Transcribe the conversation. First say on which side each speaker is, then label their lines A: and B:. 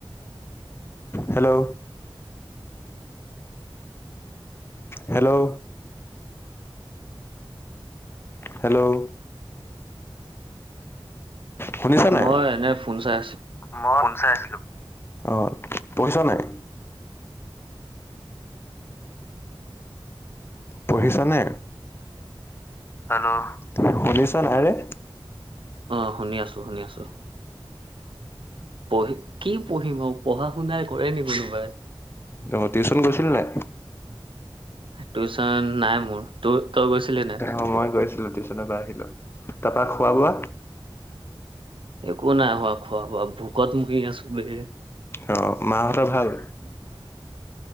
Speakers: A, on the left; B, on the right.
A: হেল্ল'। হেল্ল'। হেল্ল'। শুনিছা নাই?
B: মই এনে ফোন চাই আছো
A: মই ফোন চাই আছিলোঁ। অ পঢ়িছ নাই? পঢ়িছনে? হেল্ল শুনিছ ন আৰে।
B: অ শুনি আছো শুনি আছো। পঢ়ি কি পঢ়িম আৰু পঢ়া শুনা কৰে নি কোনোবাই।
A: অ টিউচন গৈছিলি নে নাই?
B: টিউচন নাই মোৰ। তোৰ তই গৈছিলি নে নাই?
A: অ মই গৈছিলো টিউচন। তাৰপা আহিলোঁ। তাৰাপা খোৱা বোৱা?
B: একো নাই হোৱা খোৱা বোৱা, ভূকত মৰি আছো বে।
A: অ মাহঁতৰ ভাল?